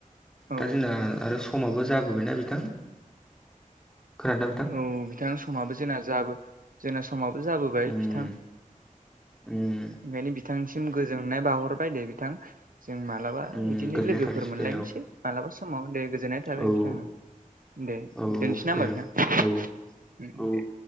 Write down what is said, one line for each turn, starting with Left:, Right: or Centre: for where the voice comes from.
Right: औ
Centre: दा जोंना आरो समाबो जाबोबायना बिथां? खोनादोंना बिथां
Right: औ बिथां समाबो जोंना जाबो जोंना समाबो जाबोबाय
Centre: उम
Right: बिथां?
Centre: उम
Right: ओंखायनो बिथांनिसिम गोजोननाय बाहरबाय दे बिथां? जों मालाबा
Centre: उम
Right: बिदिनो
Centre: गोजोननाय
Right: लोगोफोर
Centre: थाथोंसै
Right: मोनलायनोसै
Centre: दे औ
Right: मालाबा समाव दे गोजोननाय थाबाय
Centre: औ
Right: बिथाङा। दे
Centre: औ
Right: दोनैसै ना
Centre: दे
Right: बिथां बेना
Centre: औ औ
Right: दे।